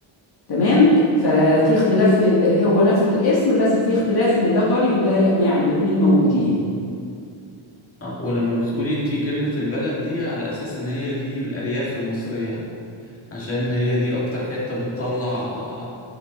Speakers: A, on the left; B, on the left.
A: تمام ففي اختلاف هو نفس الاسم بس في اختلاف ان ده طري وده ناعم الاتنين موجودين
B: آه، ولما بتقولي انتي كلمة البلد دي على اساس ان هي دي الارياف المصرية عشان هي دي اكتر حتة بتطلع